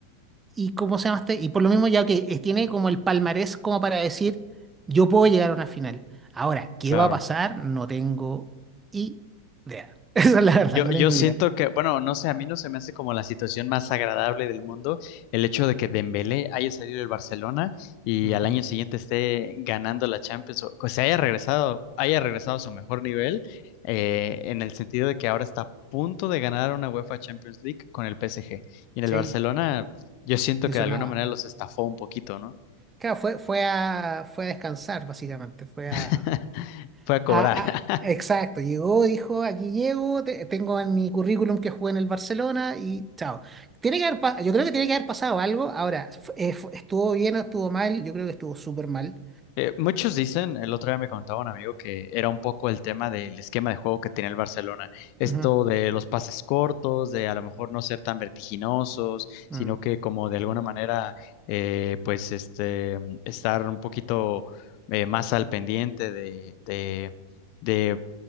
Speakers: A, on the right; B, on the left.
A: y cómo se llama este? y por lo mismo ya que tiene como el palmarés como para decir, yo puedo llegar a una final. Ahora, ¿qué
B: Claro.
A: va a pasar? No tengo idea. <laughs> Esa es la verdad,
B: Yo,
A: no
B: yo
A: tengo
B: siento
A: idea.
B: que, bueno, no sé, a mí no se me hace como la situación más agradable del mundo el hecho de que Dembélé haya salido del Barcelona y
A: Ujú,
B: al año siguiente esté ganando la Champions, o que se haya
A: Sí,
B: regresado, haya regresado a su mejor nivel, eh, en el sentido de que ahora está a punto de ganar una UEFA Champions League con el PSG. Y en
A: sí,
B: el Barcelona, yo siento
A: ni
B: que
A: sonaba.
B: de alguna manera los estafó un poquito, ¿no?
A: Claro, fue, fue a, fue a descansar, básicamente. Fue a,
B: <laughs> Fue a cobrar.
A: a- a- Exacto, llegó, dijo, aquí llego, te- tengo en mi currículum que jugué en el Barcelona y chao. Tiene que haber, pa- yo creo que tiene que haber pasado algo. Ahora, fu- eh, fu- ¿estuvo bien o estuvo mal? Yo creo que estuvo súper mal.
B: Eh, muchos dicen, el otro día me contaba un amigo que era un poco el tema del esquema de juego que tenía el Barcelona. Esto
A: Ujú,
B: de los pases cortos, de a lo mejor no ser tan vertiginosos,
A: mm,
B: sino que como de alguna manera, eh, pues este, estar un poquito eh, más al pendiente de, de, de